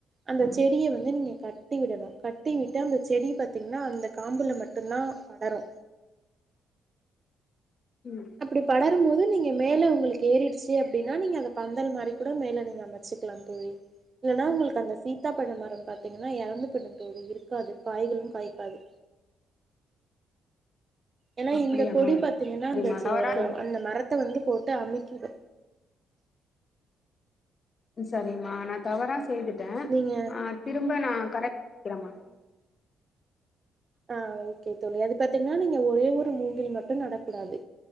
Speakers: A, on the right; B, on the left.
A: அந்த செடிய வந்து நீங்க கட்டி விடணு கட்டிவிட்டு அந்த செடி பார்த்தீங்னா அந்த காம்புல மட்டுந்தா படரு
B: ம்
A: அப்டி படரும்போது நீங்க மேலே உங்களுக்கு ஏறிடுச்சு அப்டின்னா நீங்க அத பந்தல் மாரி கூட மேலே நீங்க அமைச் சிக்லா தோழி இல்லனா உங்களுக்கு அந்த சீத்தா பழோ மரோ பாத்தீங்கன்னா எறந்துபுடு தோழி இருக்காது காய்களு காய்க்காது ஏனா
B: அப்படியாமா
A: இந்த கொடி பாத்தீங்ன்னா
B: சரிமா
A: அந்த
B: தவறா
A: அந்த மரத்த வந்து போட்டு அமிக்கிடு
B: ம் சரிம்மா நா தவறா செய்த்துட்டே
A: நீங்க
B: ஆ திரும்ப நா கரெக்ட் வக்கிறம்மா
A: ம் ஆ ஓகே தோழி அது பாத்தீங்கன்னா நீங்க ஒரே ஒரு மூங்கில் மட்டு நடக்கூடாது